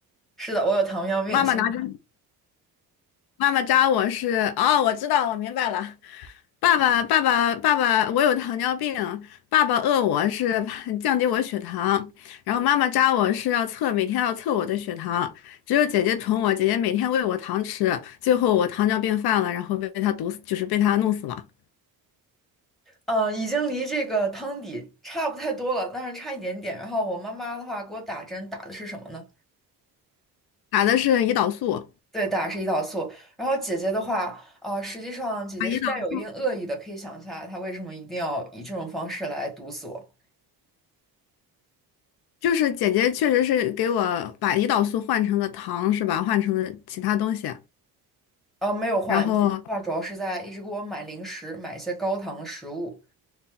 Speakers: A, in the centre; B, on the left.
A: 是的，我有糖尿病，
B: 妈妈拿针
A: 所以
B: 妈妈扎我是，哦，我知道，我明白了。爸爸，爸爸，爸爸，我有糖尿病，爸爸饿我是 <laughs> 降低我血糖，然后妈妈扎我是要测，每天要测我的血糖。只有姐姐宠我，姐姐每天喂我糖吃，最后我糖尿病犯了，然后被她毒死，就是被她弄死了。
A: 呃，已经离这个汤底差不太多了，但是差一点点。然后我妈妈的话给我打针，打的是什么呢？
B: 打的是胰岛素，
A: 对，打的是胰岛素。然后姐姐的话，啊、实际上姐姐是带有一定恶意的，
B: 把胰岛
A: 可以想一下来她为什么一定要以这种方式来毒死我。
B: 就是姐姐确实是给我把胰岛素换成了糖，是吧？换成了其他东西，
A: 啊，没有换，
B: 然后
A: 姐姐的话主要是在一直给我买零食，买一些高糖的食物。